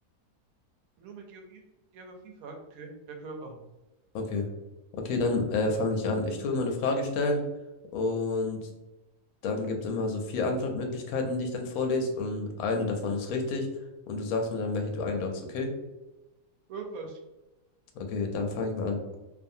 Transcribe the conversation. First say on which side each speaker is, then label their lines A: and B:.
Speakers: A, on the right; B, on the left.
A: Nur mit Geografie, Geografiefragen? Okay, ja, können wir machen.
B: Okay. Okay, dann äh, fange ich an. Ich tue immer eine Frage stellen und dann gibt es immer so vier Antwortmöglichkeiten, die ich dann vorlese und eine davon ist richtig und du sagst mir dann, welche du einloggst, okay?
A: Ja, passt.
B: Okay, dann fange ich mal an.